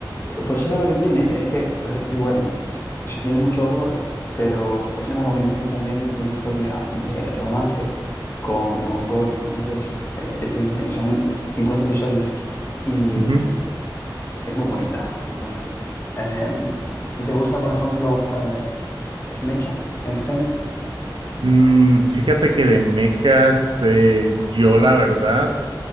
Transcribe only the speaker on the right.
Ujú,
Mm, fíjate que de mechas, eh,
yo la verdad,